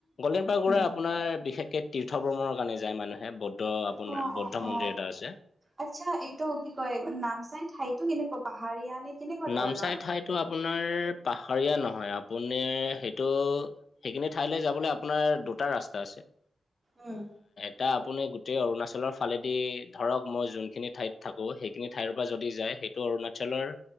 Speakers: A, on the left; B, on the right.
A: গল্ডেন পাগুৰা
B: হুম।
A: আপোনাৰ বিশেষকে তীৰ্থ ভ্ৰমণৰ কাৰণে যায় মানুহে ব ত আপোনাৰ
B: অ অ
A: বদ্ধ
B: অ
A: মন্দিৰ এটা আছে
B: আচ্ছা এইটো কি কয় নামচাই ঠাইতো কেনেকুৱা পাহাৰীয়া নে কেনেকুৱা ধৰণৰ
A: নামচাই ঠাইতো আপোনাৰ পাহাৰীয়া নহয় আপুনি সেইটো সেইখিনি ঠাইলৈ যাবলে আপোনাৰ দুটা ৰাস্তা আছে
B: উম
A: এতিয়া আপুনি গোটেই অৰুণাচলৰ ফালেদি ধৰক মই যোনখিনি ঠাইত থাকো থাকো সেইখিনি ঠাইৰ পৰা যদি যায় সেইটো অৰুণাচলৰ